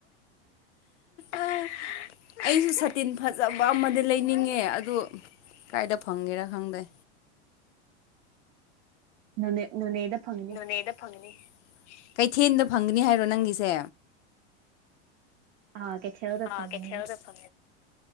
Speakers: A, on the left; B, on the right.
A: ꯑ ꯑꯩꯁꯨ ꯁꯇꯤꯟ ꯐꯖꯕ ꯑꯃꯗꯤ ꯂꯩꯅꯤꯡꯉꯦ ꯑꯗꯨ ꯀꯥꯏꯗ ꯐꯪꯒꯦꯔꯥ ꯈꯪꯗꯦ
B: ꯅ‌ꯣꯅꯦ ꯅꯣꯅꯦꯗ ꯐꯪꯅꯤ
A: ꯅ‌ꯦꯗ ꯐꯪꯅꯤ ꯀꯩꯊꯦꯜꯗ ꯐꯪꯒꯅꯤ ꯍꯥꯏꯔꯣ ꯅꯪꯒꯤꯁꯦ
B: ꯑꯥ ꯀꯩꯊꯦꯜꯗ
A: ꯑ
B: ꯐꯪꯒꯅꯤ
A: ꯀꯩꯊ‌ꯦꯜ ꯗ